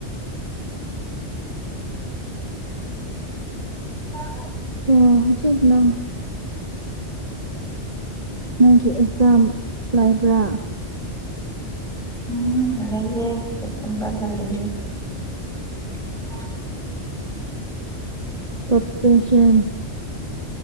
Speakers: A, in the centre; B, on the right (about 30°).
A: ꯅꯪ ꯇꯥꯗ꯭ꯔꯣ
B: ꯇꯣ ꯍꯧꯖꯤꯛ ꯅꯪ ꯅꯪꯒꯤ ꯑꯦꯛꯖꯥꯝ ꯂꯥꯏꯕ꯭ꯔꯥ
A: ꯎꯝ ꯂꯩꯑꯦ ꯁꯦꯞꯇꯦꯝꯕꯔꯗ ꯂꯩꯑꯦ ꯑꯣ
B: ꯇꯣꯞꯄꯦꯁꯟ